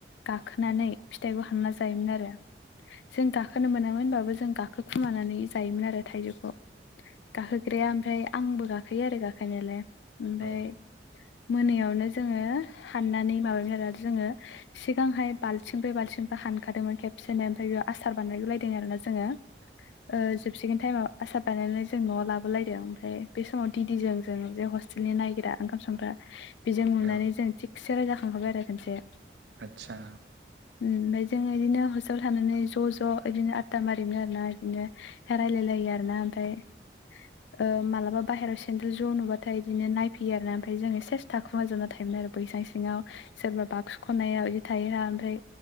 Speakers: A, on the left (about 80°); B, on the right (about 75°).
A: गाखोनानै फिथाइखौ हानना जायोमोन आरो जों गाखोनो मोनामोनबाबो जों गाखो गोखुमानानै जायोमोन आरो थाइजौखौ गाखोग्राया ओमफ्राय आंबो गाखो गाखोयो आरो गाखोननायालाय ओमफ्राय
B: औ
A: मोनायावनो जोंङो हाननानै माबा आरो जोंङो से- गोहाय बालथिंब्रै बालथिंबा हानखादोंमोन खेबसेनो ओमफ्राय बे आसार बानायगुलायदों आरोना जोंङो। ओ जो- <unintelligible> टाइमाव आसार बानायनानै जों न'आव लाबोलायदों ओमफ्राय बे समाव दिदिजों जों जे हस्टे- ओसोलनि नायग्रा ओंखाम संग्रा बेजों नुनानै
B: औ
A: जों थिगसे रायजाखांखाबाय आरो खनसे।
B: आथसा
A: उम ओमफ्राय जों बिदिनो हस्टेलाव थानानै ज' ज' बिदिनो आबदा मारियोमोन आरोना बिदिनो रायलायलायो आरोना ओमफ्राय। ओ मालाबा बाहेराव सेन्देल ज' नुबाथाय बिदिनो नायफैयो आरो ओमफ्राय जोंङो सेस- थाखुमाजोबना थायोमोन आरो बैसां सिङाव सोरबा बाग्सु खनायाव <unintelligible> थायोहा ओमफ्राय